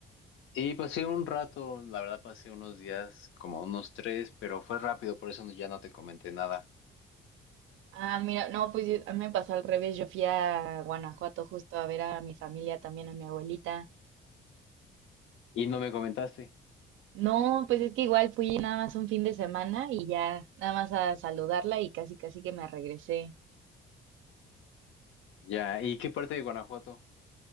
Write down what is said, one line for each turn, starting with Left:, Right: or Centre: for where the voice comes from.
Left: Y pasé un rato, la verdad pasé unos días, como unos tres, pero fue rápido, por eso no- ya no te comenté nada.
Right: Ah, mira, no, pues yo- a mí me pasó al revés, yo fui a Guanajuato justo a ver a mi familia, también a mi abuelita.
Left: Y no me comentaste.
Right: No, pues es que igual fui nada más un fin de semana y ya nada más a saludarla y casi casi que me regresé.
Left: Ya, ¿y qué parte de Guanajuato?